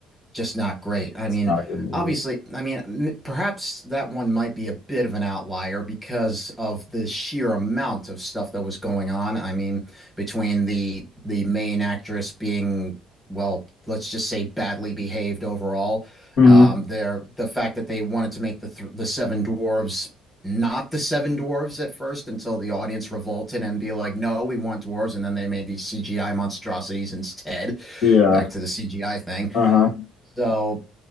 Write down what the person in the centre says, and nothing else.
just not great. I
mean,
obviously, I mean, m- perhaps that one might be a bit of an outlier because of the sheer amount of stuff that was going on. I mean, between the the main actress being, well, let's just say badly behaved overall,
um, there the fact that they wanted to make the th the Seven Dwarves not the Seven Dwarves at first until the audience revolted and be like, no, we want dwarves, and then they made these CGI monstrosities instead.
Back to the CGI thing.
So